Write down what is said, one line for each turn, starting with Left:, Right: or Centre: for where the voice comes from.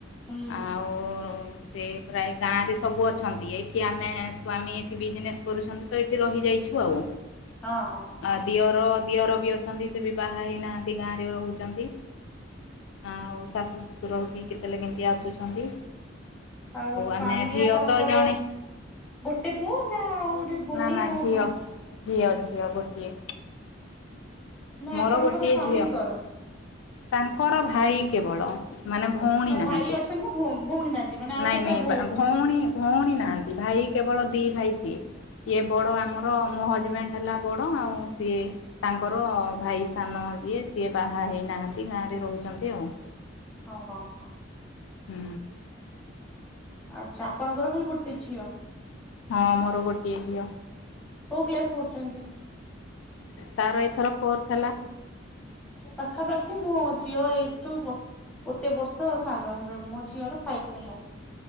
Centre: ହୁଁ ହୁଁ।
Left: ଆଉ ସେ ପ୍ରାୟ ଗାଁରେ ସବୁ ଅଛନ୍ତି ଏଇଠି ଆମେ ସ୍ୱାମୀ ଏଠି ବିଜନେସ୍ କରୁଛନ୍ତି ତ ଏଇଠି ରହିଯାଇଛୁ ଆଉ।
Centre: ହଁ ହଁ ହଁ
Left: ଆ ଦିଅର ଦିଅର ବି ଅଛ ସେ ବି ବାହା ହେଇନାହାନ୍ତି ଗାଁରେ ରହୁଛନ୍ତି ଆଉ ଶାଶୁ ଶ୍ୱଶୁର ବି କେତେଳେ କେମିତି ଆସୁଛନ୍ତି।
Centre: ଆଉ ସ୍ଵାମୀ
Left: ଆମେ ଝିଅ
Centre: ଆପଣଙ୍କର
Left: ତ ଜଣେ
Centre: ଗୋଟେ ପୁଅ ନା ଆଉ ଗୁଟେ ଭଉଣୀ
Left: ନା ନା
Centre: ଆଉ
Left: ଝିଅ
Centre: ଭାଇ।
Left: ଝିଅ ଝିଅ ଗୋଟିଏ।
Centre: ନାଇ
Left: ମୋର
Centre: ଆପଣଙ୍କର
Left: ଗୋଟିଏ
Centre: ସ୍ଵାମୀଙ୍କର
Left: ଝିଅ। ତାଙ୍କର ଭାଇ କେବଳ। ମାନେ ଭଉଣୀ
Centre: ସ ନା
Left: ନାହାନ୍ତି।
Centre: ଭାଇ ଅଛନ୍ତି ନା ଭଉ ଭଉଣୀ ନାହାନ୍ତି। ମାନେ ଆଉ
Left: ନାଇଁ
Centre: କେତେଟା
Left: ନାଇଁ
Centre: ଭାଇ
Left: ବା
Centre: ଅଛନ୍ତି?
Left: ଭଉଣୀ ଭଉଣୀ ନାହାନ୍ତି ଭାଇ କେବଳ ଦି ଭାଇ ସିଏ। ଇଏ ବଡ ଆମର ମୋ ହଜବେ ହଜବେଣ୍ଡ ହେଲା ବଡ଼ ଆଉ ସିଏ ତାଙ୍କର ଭାଇ ସାନ ଯିଏ ସିଏ ବାହା ହେଇନାହାନ୍ତି। ଗାଁରେ ରହୁଛନ୍ତି ଆଉ।
Centre: ଓହୋ ହୋ।
Left: ହୁଁ।
Centre: ଆଛା ଆପଣଙ୍କର ଖାଲି ଗୋଟେ ଝିଅ?
Left: ହଁ ମୋର ଗୋଟିଏ ଝିଅ।
Centre: କଉ କ୍ଲାସ ପଢୁଛନ୍ତି?
Left: ତାର ଏଥର ଫୋର୍ଥ ହେଲା।
Centre: <inaudible> ପାଖାପାଖି ମୁଁ ଝିଅ ଏଇ ଠୁ ଗୋ ଗୋଟେ ବର୍ଷ ସାନ ହେବେ ମୋ ଝିଅର ଫାଇଭ ହେଲା।